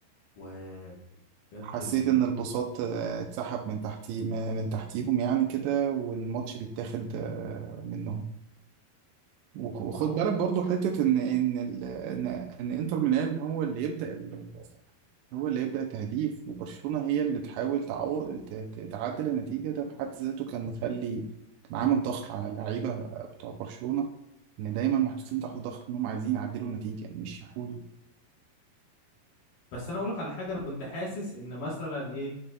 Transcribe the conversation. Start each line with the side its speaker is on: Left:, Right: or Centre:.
Left: وبجد
Right: حسيت
Left: ال... ال-
Right: ان البساط آه، اتسحب من تحتي م- من تحتيهم يعني كده والماتش بيتاخد آه، منهم وخ- وخد
Left: ما هو
Right: بالك برضو حتة ان ان ال- ان ان انتر ميلان هو اللي يبدأ هو اللي يبدأ تهديف وبرشلونة هي اللي تحاول تعو... ت- ت- تعدل النتيجة ده في حد ذاته كان مخلي كان عامل ضغط على اللعيبة بتوع برشلونة إن دايما محطوطين تحت ضغط إنهم عايزين يعدلوا النتيجة مش يفوزوا
Left: بس أنا أقول لك على حاجة أنا كنت حاسس إن مثلا إيه